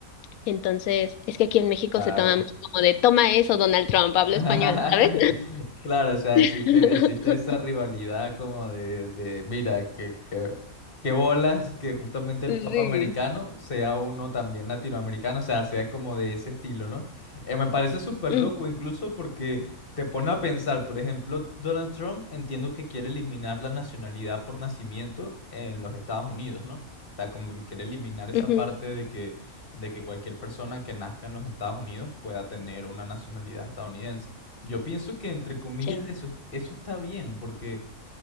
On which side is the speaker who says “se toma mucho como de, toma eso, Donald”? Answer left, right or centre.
Left